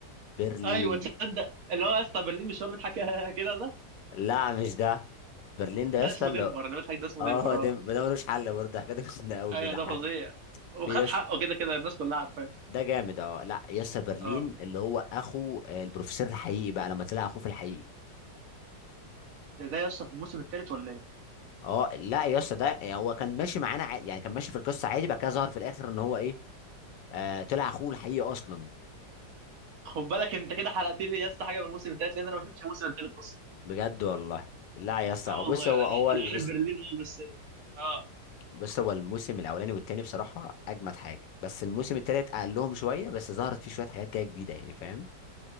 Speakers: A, on the left; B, on the right.
A: برلين
B: ايوه تصدق اللي هو يا اسطى برلين مش هو اللي بيضحك <laughs> كده ده
A: لا مش ده برلين ده يا
B: ده
A: اسطى
B: اسمه
A: اللي
B: دنفر اللي بيضحك ده اسمه
A: اه
B: دنفر
A: ده
B: اه
A: ده ملوش حل برضه حاجه ده كنا قوي
B: ايوه
A: بيضحك
B: ده فظيع
A: <laughs>
B: وخد
A: في يس
B: حقه كده كده الناس كلها عارفاه
A: ده جامد اه لا يس برلين
B: اه
A: اللي هو اخو آه، البروفيسور الحقيقي بقى لما طلع اخوه في الحقيقي
B: ده ده يا اسطى في الموسم الثالث ولا ايه؟
A: اه لا يا اسطى ده هو كان ماشي معانا ع- يعني كان ماشي في القصه عادي بقى كده ظهر في الاخر ان هو ايه آه طلع اخوه الحقيقي اصلا
B: خد بالك انت كده حرقت لي يا اسطى حاجه من الموسم الثالث لان انا ما شفتش الموسم الثالث اصلا
A: بجد والله لا يا اسطى
B: اه والله
A: بص
B: انا
A: هو هو ال-
B: انا عارف
A: بص
B: برلين اه بس اه
A: بص هو الموسم الاولاني والتاني بصراحه اجمد حاجه بس الموسم التالت اقلهم شويه بس ظهرت فيه شويه حاجات كده جديده يعني فاهم